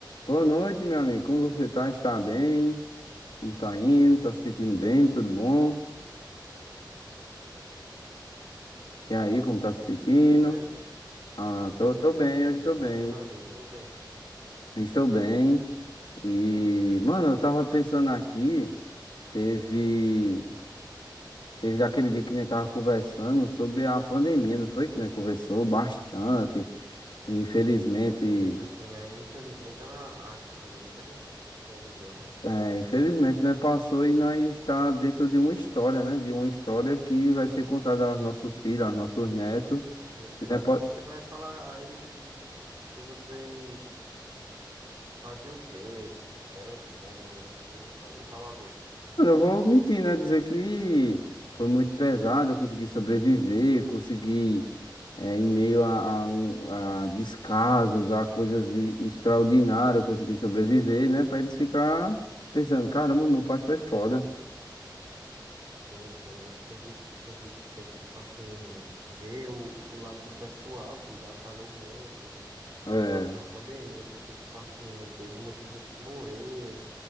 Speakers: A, on the left; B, on the right.
A: Boa noite, meu amigo. Como você tá? Está bem? Como tá indo? Tá se sentindo bem? Tudo bom? E aí, como tá se sentindo?
B: Tudo certo?
A: Ah,
B: Tô me
A: tô,
B: sentindo
A: tô bem,
B: bem,
A: eu estou
B: graças
A: bem.
B: a Deus. E você?
A: Estou bem. E, mano, eu tava pensando aqui, teve, teve daquele dia que nós tava conversando sobre a pandemia, não foi? Que nós conversou bastante. E, infelizmente,
B: Eita, assim, aí, infelizmente ela, a pandemia que a gente conviveu, né?
A: é, infelizmente, nós passou e nós está dentro de uma história, né? De uma história que vai ser contada aos nossos filhos, aos nossos netos.
B: Sim, você
A: E
B: vai,
A: não é
B: você vai falar a ele que vocês, que vocês faziam o quê? Eram como, assim, você ia fa- ia falar o quê?
A: Mano, eu vou omitir, né? Dizer que foi muito pesado, eu consegui sobreviver, consegui, eh, em meio a, a um- a descasos, a coisas e- extraordinárias, eu consegui sobreviver, né? Pra eles ficar pensando, caramba, meu pai foi foda.
B: Sim, sim, você tem que, tem que, tem que, tipo assim, ver o, o lado do pessoal que batalhou muito
A: É,
B: em relação à pandemia, porque, tipo assim, teve muita gente que morreu